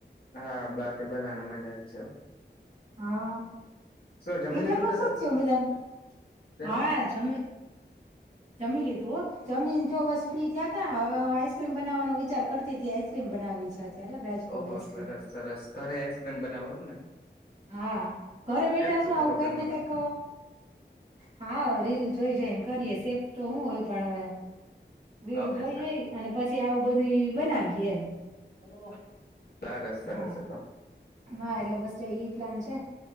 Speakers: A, on the left; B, on the right.
A: હા બાકી બધાને મજા જ છે,
B: હા
A: જમી
B: જનું
A: લીધું
B: શું
A: કે
B: જ
A: તમે
B: થયું મિલન
A: તેનું
B: હા જમ જમીલી તું જમીન જો બસ ફ્રી થતા હવે હું આઈસ્ક્રીમ બનાવવાનો વિચાર કરતી ત આઈસ્ક્રીમ બનાવી છે. અત્યારે રાજભોગ
A: ઓહો
B: આઈસ્ક્રીમ.
A: સરસ સરસ ઘરે આઈસક્રીમ બનાવવા એમ ને?
B: હા ઘરે બેઠા
A: શેફ
B: શું
A: લાગો
B: આવું કઈક
A: તમે
B: ને
A: પણ
B: કંઈક હા રીલ જોઈ જઈન કરીએ સે તો શું હોય પણ હવે રીલ
A: ઓકે
B: જોઈ
A: સરસ
B: જઈ અને પછી આવું બધું બનાવીયએ એમ
A: હલો સરસ સરસ
B: હા.
A: તો
B: હા એટલે બસ જો ઈ પ્લાન છે